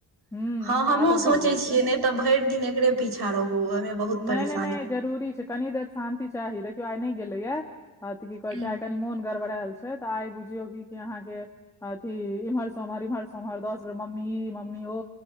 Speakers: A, in the centre; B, on the right.
A: हूँ
B: हँ हमहुँ
A: आदत
B: सोचै
A: भऽ जाइ
B: छियै
A: छै
B: नहि तऽ भैर दिन एकरे पीछा रहू ओहिमे बहुत
A: नहि
B: परेशान
A: नहि नहि जरूरी छै कनि देर शान्ति चाही देखियौ आइ नहि गेलैया आ ती की कहे
B: हँ
A: छै आई कनी मोन गबड़ायल छै त आइ बुझियो क अहाँ के अथि इम्हर सोमहर इमहर सोहर दस बेर मम्मी म मम्मी औ